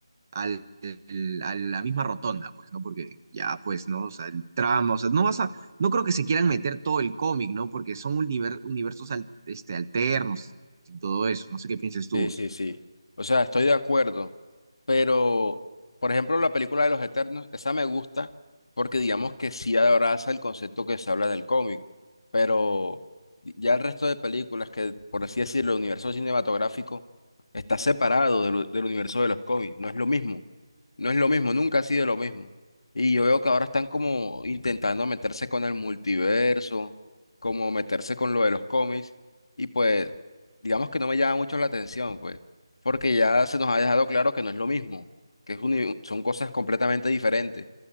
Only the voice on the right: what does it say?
al, el- a la misma rotonda, pues, ¿no? Porque ya, pues, ¿no? O sea, el trama, o sea, no vas a, no creo que se quieran meter todo el cómic, ¿no? Porque son univer- universos al- este, alternos y todo eso. No sé qué pienses tú.